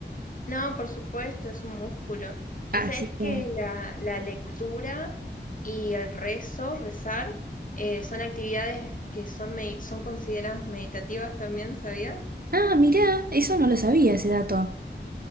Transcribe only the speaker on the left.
No, por supuesto, es un músculo. Y
sabes
que la, la lectura y el rezo, rezar, eh, son actividades que son, medi- son consideradas meditativas también, ¿sabías?